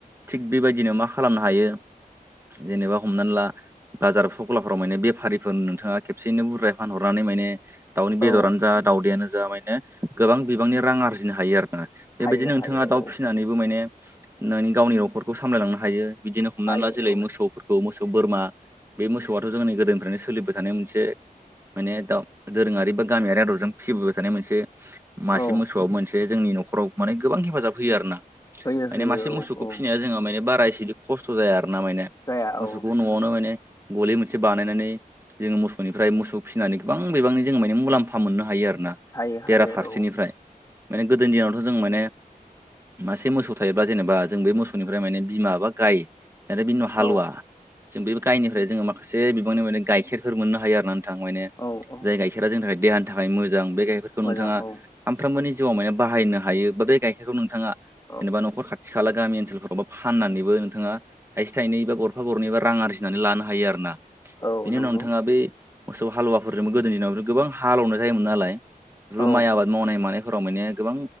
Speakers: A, on the right (about 15°); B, on the left (about 20°).
A: थिग बेबायदिनो मा खालामनो हायो। जेनेबा हमनानै ला बाजार सख्लाफोराव माने बेफारि। नोंथाङा खेबसेैनो बुरजाय फानहरनानै माने दाउनि बेदरानो
B: औ
A: जा दावदैआनो जा गोबां बिबांनि रां आरजि नो हायो आरो ना बेबायदिनो
B: हायो
A: नोंथाङा
B: हायो
A: दाउ
B: औ
A: फिसिनानैबो माने नों गावनि न'खरखौ सामलायलांनो हायो बिदिनो हमनानै
B: हायो
A: ला जेरै मोसौफोरखौ मोसौ बोरमा बे मोसौआथ' जोंनि गोदोनिफ्रायनो सोलिबाय थानाय मोनसे माने दा दोरोङारि बा गामियारि आदबजों फिसिबोबाय थानाय मोनसे मासे
B: औ औ
A: मोसौआ मोनसे जोंनि न'खराव माने गोबां हेफाजाब होयो आरोना।
B: होयो
A: माने
B: होयो
A: मासे
B: औ
A: मोसौखौ
B: औ
A: फिसिनाया जोङो माने बाराय बेसे खस्थ' जाया आर ना माने
B: जाया औ
A: मोसौखौ न'आवनो माने गलि मोनसे बानायनानै जोङो मोसौनिफ्राय मोसौ फिसिनानै गोबां बिबांनि जोङो माने मुलाम्फा मोननो हायो आरो आरोना
B: हायो
A: बेराफारसेनिफ्राय
B: हायो औ
A: माने गोदोनि दिनावथ' जों माने मासे मोसौ थायोब्ला जेनेबा जों बे मोसौनिफ्राय माने बिमा बा गाय आरो बिनि उनाव हालुवा
B: औ
A: जों बे गायनिफ्राय जोङो माखासे बिबांनि माने गाइखेरफोर मोननो हायो आरो नों थां
B: औ औ
A: जाय गाइखेरा जोंनि थाखाय देहानि थाखाय मोजां बे गायखेरखौ
B: मोजां
A: नोंथाङा
B: औ
A: सैमफ्रबोनि जिउआव माने बाहायनो हायो बा बे गाइखेरखौ नोंथाङा
B: औ
A: जेनेबा न'खर खा थिखाला गामि ओनसोलफोरावबा फाननानैबो नोंथाङा थाइसे थाइनै बा गरफा गरनै बा रां आरजिनानै लानो हायो आरो ना।
B: औ
A: बेनि
B: नंगौ
A: उनाव नोंथाङा बे मोसौ हालुवाफोरजोंबो गोदोनि दिनाव गोबां हालेवनाय जायोमोन नालाय बे
B: औ
A: माइ आबाद मावनाय मानाय फोराव माने गोबां